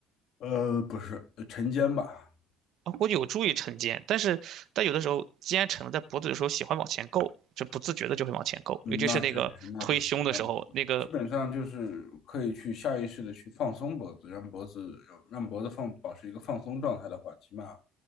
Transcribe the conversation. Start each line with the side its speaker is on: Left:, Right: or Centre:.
Left: 呃，不是，呃沉肩吧，
Right: 啊，估计有助于晨肩，但是但有的时候肩沉了，在脖子的时候喜欢往前够，就不自觉的就会往前够，
Left: 嗯，
Right: 尤其是那个推胸的时候，
Left: 那确实，那不行，那不行。
Right: 那个
Left: 基本上就是可以去下意识的去放松脖子，让脖子让脖子放保持一个放松状态的话，起码